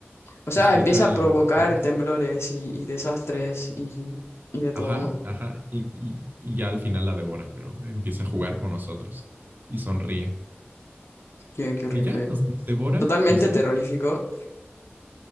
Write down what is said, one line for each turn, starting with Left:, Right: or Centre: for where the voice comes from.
Left: O sea,
Right: disfruta
Left: empieza a provocar
Right: vernos.
Left: temblores y, y desastres y, y de todo,
Right: Ajá,
Left: ¿no?
Right: ajá, y, y- y ya al final la devora, pero empieza a jugar con nosotros y sonríe.
Left: Qué, qué horrible.
Right: Y ya, nos, nos devora
Left: Totalmente
Right: y se
Left: terrorífico.
Right: va.